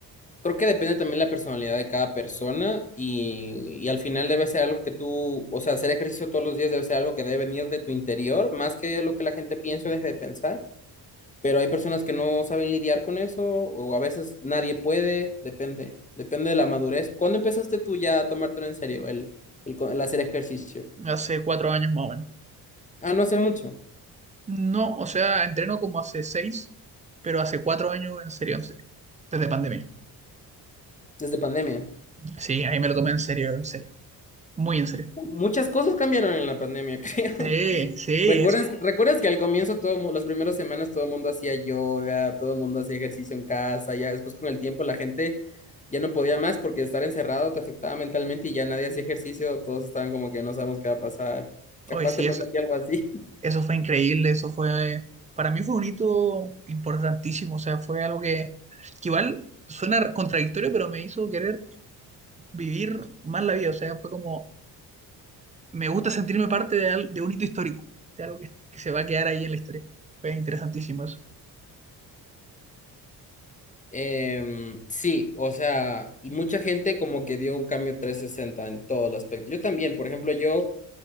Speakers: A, on the left; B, on the right.
A: creo que depende también la personalidad de cada persona y, y al final debe ser algo que tú, o sea, hacer ejercicio todos los días debe ser algo que debe venir de tu interior, más que lo que la gente piensa o deje de pensar. Pero hay personas que no saben lidiar con eso o a veces nadie puede, depende, depende de la madurez. ¿Cuándo empezaste tú ya a tomártelo en serio, el, el co- el hacer ejercicio?
B: Hace cuatro años más o menos.
A: Ah, no hace mucho,
B: No, o sea, entreno como hace seis, pero hace cuatro años en serio, en serio. Desde pandemia.
A: desde pandemia.
B: Sí, ahí me lo tomé en serio, en serio. Muy en serio.
A: Muchas cosas cambiaron en la pandemia, <laughs> creo.
B: Sí, sí,
A: ¿Recuerdas,
B: eso fue.
A: recuerdas que al comienzo, todo, mu- las primeras semanas, todo el mundo hacía yoga, todo el mundo hacía ejercicio en casa, ya después con el tiempo la gente ya no podía más porque estar encerrado te afectaba mentalmente y ya nadie hacía ejercicio, todos estaban como que no sabemos qué va a pasar. Capaz
B: Oye, sí,
A: te pasó
B: eso,
A: a ti algo así. <laughs>
B: Eso fue increíble, eso fue, para mí fue un hito importantísimo, o sea, fue algo que, que igual suena contradictorio, pero me hizo querer vivir más la vida, o sea, fue como, me gusta sentirme parte de, al- de un hito histórico, de algo que, que se va a quedar ahí en la historia. Fue interesantísimo eso.
A: Em, sí, o sea, y mucha gente como que dio un cambio 360 en todo el aspecto. Yo también, por ejemplo, yo